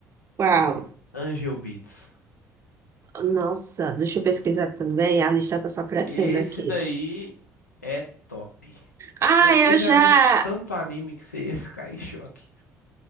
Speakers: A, on the right (about 35°); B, on the left (about 80°).
A: Uau.
B: Le- Angel Beats.
A: Nossa, deixa eu pesquisar também. A lista tá só crescendo
B: Esse
A: aqui.
B: daí é top.
A: Ah,
B: Eu,
A: eu
B: eu já
A: já.
B: vi tanto anime que você ia <laughs> ficar em choque.